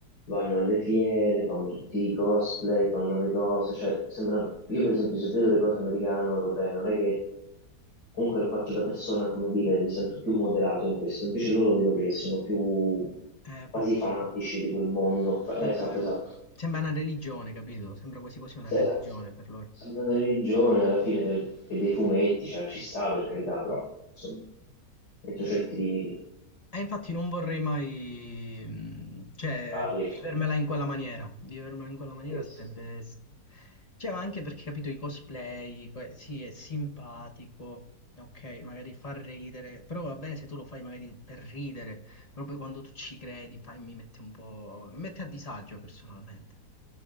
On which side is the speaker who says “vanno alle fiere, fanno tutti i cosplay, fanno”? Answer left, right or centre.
Left